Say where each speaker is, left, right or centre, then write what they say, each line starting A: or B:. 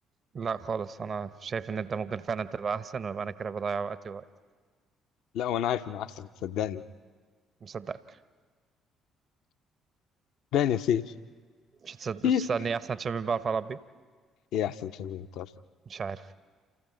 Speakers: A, on the right (about 45°); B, on the left (about 65°).
A: لا خالص انا شايف ان انت ممكن فعلا تبقى احسن ويبقى انا كده بضيع وقتي ووقت
B: لا وانا عارف ان انا احسن صدقني
A: مصدقك
B: صدقني يا سيف
A: مش هتصد-
B: سيف
A: تسألني احسن شباب بعرف اربي
B: ايه احسن شامبيون انت
A: مش عارف